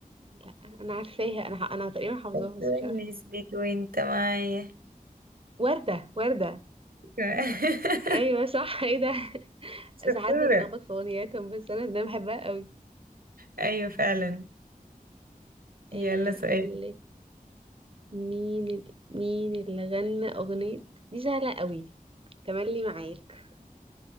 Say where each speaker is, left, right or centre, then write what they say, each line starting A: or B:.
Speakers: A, on the right (about 40°); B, on the right (about 80°).
A: لا انا عارفاها انا ح- انا تقريبا حافظاها
B: بتونس
A: بس مش عارفه
B: بيك وانت معايا
A: ورده ورده
B: <laughs>
A: ايوه صح ايه ده <laughs>
B: شطورة
A: ساعات بتلخبط في اغنياتهم بس انا ده بحبها قوي
B: ايوه فعلا
A: ايه
B: يلا سؤال
A: اقول لك مين ال- مين اللي غنى اغنيه دي سهله قوي تملي معاك